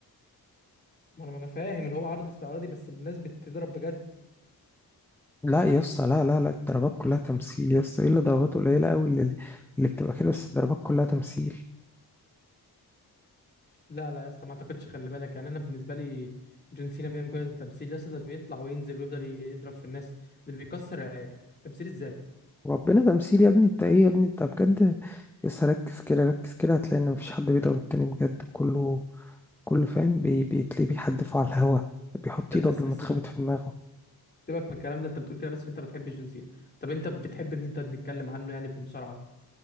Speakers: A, on the left (about 25°); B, in the centre.
A: ما انا ما انا فاهم اللي هو عرض استعراضي بس الناس بتضرب بجد
B: لا يا اسطى لا لا لا الضربات كلها تمثيل يا اسطى ايه اللي ضربات قليلة قوي اللي اللي بتبقى كده بس الضربات كلها تمثيل
A: لا لا يا اسطى ما اعتقدش خلي بالك يعني انا بالنسبه لي جون سينا بيعمل كل التمثيل يا اسطى ده بيطلع وينزل ويفضل يضرب في الناس ده بيكسر العيال تمثيل ازاي
B: ربنا تمثيل يا ابني انت ايه يا ابني انت بجد يس ركز كده ركز كده هتلاقي ان مفيش حد بيضرب التاني بجد كله كله فاهم بي... بيتلاقيه بيحدفه على الهوا بيحط
A: طب
B: ايده
A: بس
B: قبل ما
A: بس
B: تخبط
A: سيبك
B: في دماغه
A: سيبك من الكلام ده انت بتقول كده بس عشان انت بتحب جون سينا طب انت بتحب مين طب نتكلم عنه يعني في المصارعه